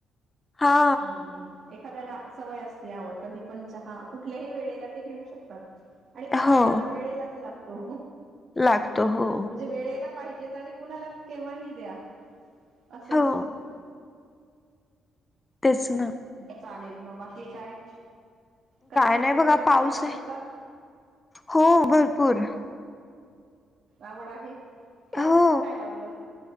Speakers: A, on the left; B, on the right.
A: हा
B: हम्म <unintelligible> एखाद्याला सवय असते आवड कधी पण चहा कुठल्याही वेळेला ते घेऊ शकतात आणि कुणा
A: हो
B: कुणाला वेळेलाच लागतो
A: लागतो हो
B: म्हणजे वेळेला पाहिजे आणि कुणाला केव्हाही द्या असंम्
A: हो तेच ना <unintelligible>
B: चालेल मग बाकी काय काय झाडं
A: नाही
B: वगैरे
A: बघा
B: लावायला
A: पाऊस
B: आवडतात
A: आहे. हो भरपूर <unintelligible>
B: आवड आहे त्यावरर्ष
A: हो
B: काय लावलं